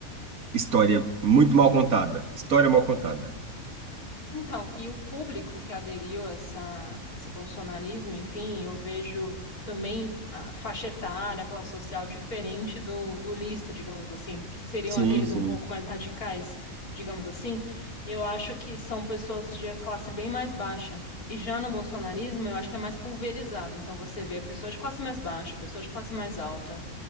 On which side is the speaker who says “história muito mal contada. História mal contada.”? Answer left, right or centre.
Right